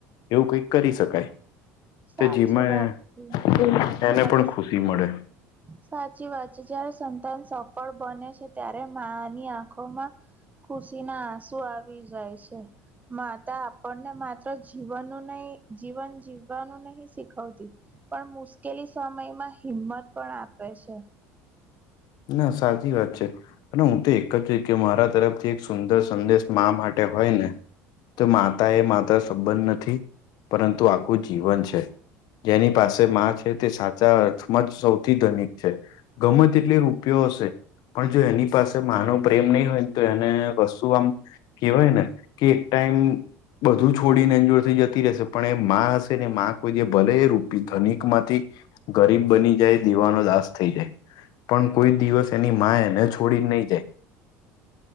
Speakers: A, on the left; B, on the right.
A: એવું કઈક કરી શકાય.
B: સાચી
A: તે જેમાં
B: વાત છે જયારે
A: એને પણ ખુશી મળે.
B: સાચી વાત છે, જયારે સંતાન સફળ બને છે ત્યારે માની આંખોમાં ખુશીના આંસુ આવી જાય છે. માતા આપને માત્ર જીવનનું નઈ જીવન જીવવાનું નહીં શીખવતી. પણ મુશ્કેલી સમયમાં હિંમત પણ આપે છે.
A: ના, સાચી વાત છે. અને હું તો એક જ કહીશ કે મારા તરફથી એક સુંદર સંદેશ મા માટે હોય ને તો માતાએ માતા સબંધ નથી, પરંતુ આખું જીવન છે. જેની પાસે માં છે તે સાચા અર્થમાં જ સૌથી ધનિક છે ગમે તેટલી રૂ પિયો હશે પણ જો એની પાસે માનો પ્રેમ નઈ હોય ને તો એને કશું આમ કેવાય ને કે એક ટાઈમ બધું છોડીને એન જોડથી જતી રહેશે પણ એ માં હશે ને માં કોઈ જે ભલે રૂપી ધનિકમાંથી ગરીબ બની જાય દેવાનો દાસ થઈ જાય. પણ કોઈ દિવસ એની માં એને છોડી નઈ જાય.